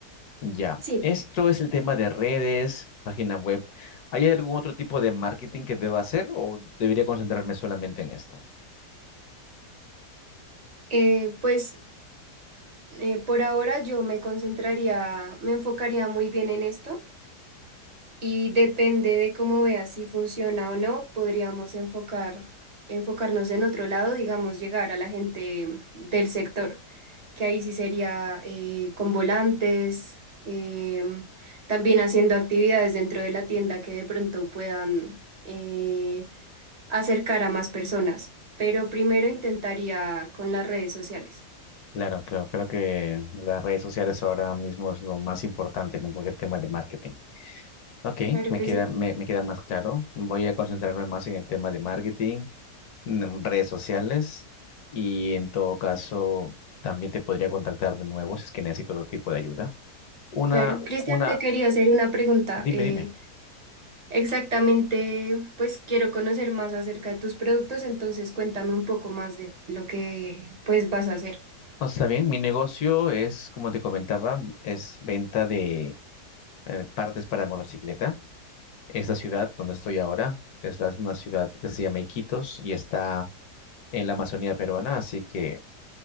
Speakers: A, on the left; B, on the right.
A: Ya,
B: Sí,
A: esto es el tema de redes, página web. ¿Hay algún otro tipo de marketing que deba hacer o debería concentrarme solamente en esto?
B: eh, pues eh, por ahora yo me concentraría, me enfocaría muy bien en esto. Y depende de cómo veas si funciona o no, podríamos enfocar, enfocarnos en otro lado, digamos, llegar a la gente del sector, que ahí sí sería eh, con volantes, em, también haciendo actividades dentro de la tienda que de pronto puedan eh, acercar a más personas. Pero primero intentaría con las redes sociales.
A: Claro, claro, creo que las redes sociales ahora mismo es lo más importante en cualquier tema de marketing. Ok,
B: Claro
A: me
B: que
A: queda,
B: sí,
A: me, me queda más claro. Voy a concentrarme más en el tema de marketing. en redes sociales y en todo caso también te podría contactar de nuevo si es que necesito otro tipo de ayuda. Una,
B: claro. Cristian,
A: una,
B: te quería hacer una pregunta.
A: dime,
B: Eh,
A: dime.
B: Exactamente, pues quiero conocer más acerca de tus productos, entonces cuéntame un poco más de lo que pues vas a hacer.
A: No, está bien, mi negocio es, como te comentaba, es venta de eh, partes para motocicleta. Esta ciudad donde estoy ahora es la- una ciudad que se llama Iquitos y está en la Amazonía peruana, así que